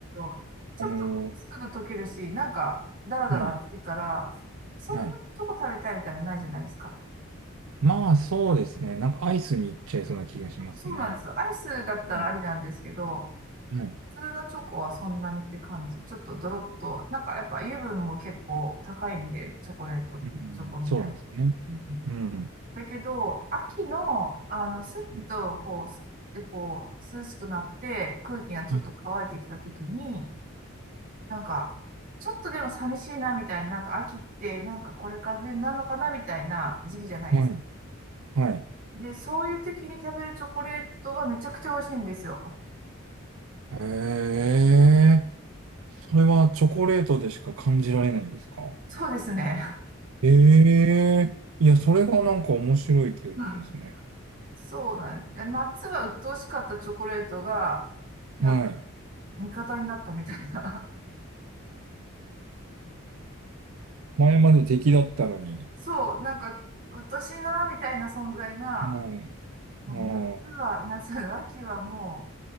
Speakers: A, on the right; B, on the right.
A: ど、ちょっとこうすぐ溶けるし、
B: あの、
A: なんか、だらだら熱いから、
B: はい。
A: そんなチョコ食べたいみたいなのないじゃないですか。
B: はい。まあ、そうですね。なんかアイスに行っちゃいそうな気がしますね。
A: そうなんですよ。アイスだったらありなんですけど、
B: うんはい。
A: 普通のチョコはそんなにって感じ。ちょっとドロッと、なんかやっぱ油分も結構高いんで、チョコレート、
B: うん、
A: 板チョコみたいな。
B: そうですね。
A: うん
B: うん。
A: だけど、秋の、あの、スッと、
B: はい。
A: こう、スッてこう、涼しくなって、空気がちょっと乾いてきた時に、
B: はい。
A: なんか、ちょっとでも寂しいなみたいな、なんか秋って、なんかこれから冬になるのかなみたいな時期じゃないですか。
B: はい。はい。
A: で、そういう時に食べるチョコレートはめちゃくちゃ美味しいんですよ。
B: へえ。それはチョコレートでしか感じられないんですか
A: そうですね。
B: ええいや、それがなんか面白い気がしますね。
A: うん <laughs> そうなんで、夏は鬱陶しかったチョコレートが、なんか
B: はい。
A: 味方になったみたいな。
B: 前まで敵だったのに。
A: <laughs> そう、なんか鬱陶しいなみたいな存在が、
B: う
A: もう夏は、
B: ん。う
A: 夏、秋はも